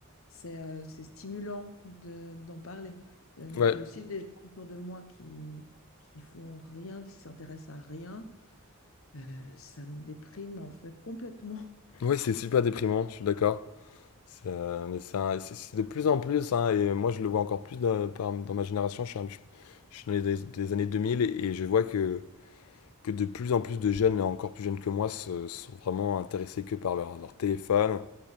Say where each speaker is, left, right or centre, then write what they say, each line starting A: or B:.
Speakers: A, on the left; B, on the left.
A: c'est euh, c'est stimulant de, d'en parler. Euh,
B: Ouais,
A: j'ai aussi des gens autour de moi qui, qui font rien, qui s'intéressent à rien. Euh, ça me déprime en fait complètement.
B: Oui, c'est super déprimant, je suis d'accord. C'est, euh, mais c'est un- c'est- c'est de plus en plus, hein, et moi je le vois encore plus dans, par- dans ma génération. Je suis, un- je je suis dans les des- des années 2000 et, et je vois que, que de plus en plus de jeunes, encore plus jeunes que moi, se- sont vraiment intéressés que par leur, leur téléphone.